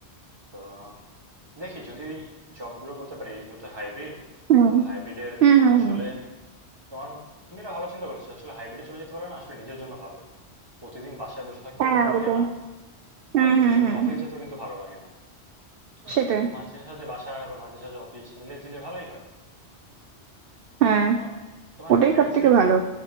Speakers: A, on the right (about 25°); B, on the right (about 65°).
A: তো দেখি যদি ওই জবগুলো করতে পারি এগুলো তো হাইব্রিড
B: হুম
A: তো হাইব্রিডের
B: হুম হুম
A: আসলে
B: হুম
A: তোমার তুমি এটা ভালো চিন্তা করেছো আসলে হাইব্রিডে চলে যেতে পারলে না আসলে নিজের জন্য ভালো প্রতিদিন বাসায় বসে থাকতেও
B: হ্যাঁ
A: ভালো লাগে
B: ওটাই
A: না
B: হুম
A: আবার প্রতিদিন
B: হুম হুম
A: অফিস
B: হুম
A: যেতেও কিন্তু ভালো লাগে না তো
B: সেটাই
A: একটু মাঝে সাঝে বাসা আবার মাঝে সাঝে অফিস মিলিয়ে ঝিলিয়ে ভালোই হয়
B: হ্যাঁ
A: তোমার তোমার
B: ওটাই
A: এখন ফ্রিল্যান্সিং
B: সব থেকে ভালো